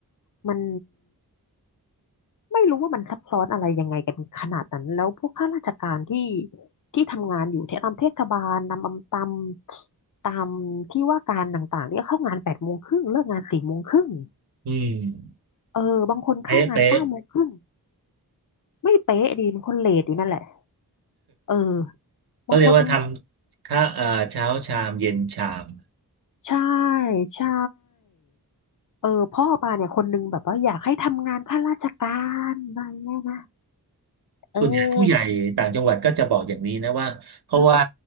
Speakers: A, on the left; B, on the right.
A: มัน ไม่รู้ว่ามันซับซ้อนอะไรยังไงกันขนาดนั้นแล้วพวกข้าราชการที่ที่ทำงานอยู่ที่ตามเทศบาลตามอำตามตามที่ว่าการต่างๆเนี่ยเข้างานแปดโมงครึ่งเลิกงานสี่โมงครึ่ง
B: อืม
A: เออบางคนเข้างานเก้าโมงครึ่ง
B: เป๊ะเป๊ะ
A: ไม่เป๊ะดีบางคนเลทอยู่นั่นแหละเออบางคน
B: ก็เรียกว่าทำข้าเอ่อเช้าชามเย็นชาม
A: ใช่ใช่เออพ่อปาเนี่ยคนนึงแบบว่าอยากให้ทำงานข้าราชการอะไรเงี้ยนะเออ
B: ส่วนใหญ่ผู้ใหญ่ต่างจังหวัดก็จะบอกอย่างนี้นะว่าเพราะว่า
A: เ